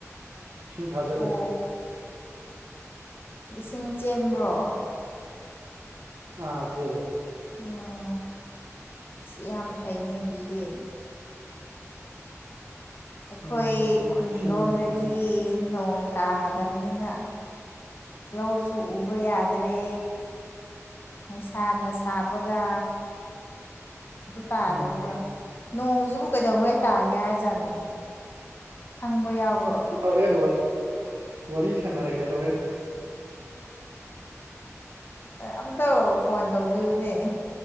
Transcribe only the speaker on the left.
ꯑꯣ ꯁꯤꯡ ꯆꯦꯟꯕ꯭ꯔꯣ
ꯑꯣ ꯌꯥꯝ ꯐꯩꯅꯦ ꯑꯗꯨꯗꯤ ꯑꯩꯈꯣꯏ
ꯈꯨꯟ
ꯂꯣꯝꯗꯗꯤ ꯅꯣꯡ ꯇꯥꯗꯕꯅꯤꯅ ꯂꯧꯁꯨ ꯎꯕ ꯌꯥꯗ꯭ꯔꯦ ꯃꯅꯨꯡꯁꯥꯅ ꯁꯥꯕꯒ ꯇꯥꯗꯕꯒ
ꯅꯣꯡꯁꯤꯕꯨ ꯀꯩꯗꯧꯉꯩ ꯇꯥꯒꯦ ꯍꯥꯏꯖꯥꯠꯅꯣ ꯈꯪꯕ ꯌꯥꯎꯕ꯭ꯔꯣ
ꯑꯝꯇ ꯐꯣꯟ ꯇꯧꯕꯤꯌꯨꯅꯦ